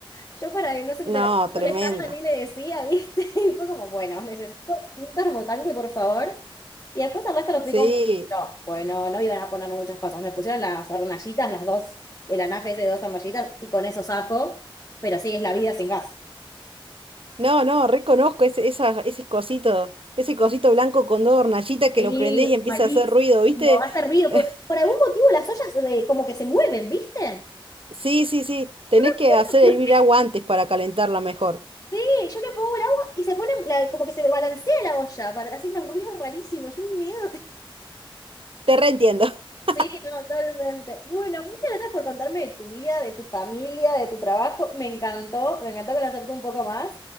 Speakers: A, on the left (about 35°); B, on the right (about 75°).
A: yo para que no se enterara,
B: No,
A: no
B: tremendo.
A: molestarla ni le decía, ¿viste? <laughs> Y fue como, bueno, necesito un termotanque, por favor. Y después al resto lo
B: Sí.
A: fui no, bueno, no no iban a poner muchas cosas. Me pusieron las hornallitas, las dos, el anafe ese de dos arnallitas, y con eso zafo. Pero sí, es la vida sin gas.
B: No, no, reconozco ese, esa- ese cosito, ese cosito blanco con dos hornallitas que
A: Sí,
B: lo prendés y empieza
A: malísimo,
B: a hacer ruido, ¿viste?
A: hace ruido.
B: <laughs>
A: Por, Por algún motivo las ollas eh, como que se mueven, ¿viste?
B: Sí, sí, sí, tenés
A: Yo no sé
B: que hacer
A: por
B: hervir agua antes para calentarla mejor.
A: qué. Yo le pongo el agua y se pone la- como que se balancea la olla para hacer unos ruidos rarísimos. Es un miedo.
B: Te reentiendo. <laughs>
A: Sí, no, totalmente. Bueno, muchas gracias por contarme de tu vida, de tu familia, de tu trabajo. Me encantó, me encantó conocerte un poco más.